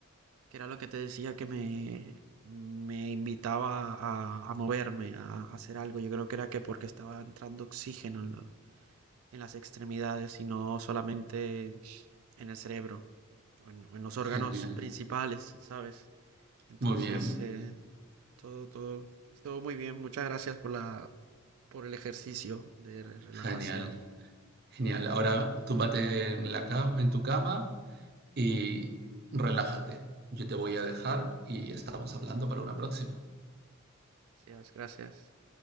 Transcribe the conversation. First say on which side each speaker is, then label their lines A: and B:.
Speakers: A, on the right; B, on the right.
A: que era lo que te decía que me, me invitaba a, a moverme, a, a hacer algo. Yo creo que era que porque estaba entrando oxígeno en las extremidades, sino solamente en el cerebro o en, o en los órganos
B: Genial.
A: principales, ¿sabes? Entonces,
B: Muy bien.
A: eh, todo, todo, todo muy bien. Muchas gracias por la, por el ejercicio de relajación.
B: Genial. Genial. Ahora túmbate en, la cama en tu cama y relájate. Yo te voy a dejar y estamos hablando para una próxima.
A: Gracias, gracias.